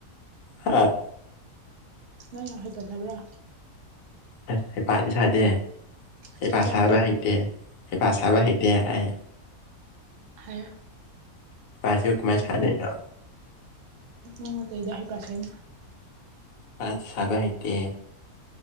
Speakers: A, on the left (about 65°); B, on the right (about 65°).
A: ꯍꯥ
B: ꯅꯪ ꯌꯥꯝꯈꯩ ꯐꯖꯕ꯭ꯔꯥ
A: ꯑꯁ ꯍꯩꯄꯥꯗꯤ ꯁꯥꯗꯦ ꯍꯩꯄꯥꯠ
B: ꯐꯖꯩꯖꯥꯠꯅꯤ
A: ꯁꯥꯕ ꯍꯩꯇꯦ ꯍꯩꯐ ꯁꯥꯕ ꯍꯩꯇꯦ ꯑꯩ
B: ꯍꯥꯏ
A: ꯄꯆ ꯎꯛ ꯃꯥꯁꯗꯅ
B: ꯅꯪꯅꯇꯩꯗꯤ ꯍꯩ ꯄꯠ ꯍꯥꯏꯅ
A: ꯄ ꯁꯕ ꯍꯥꯏꯇꯦ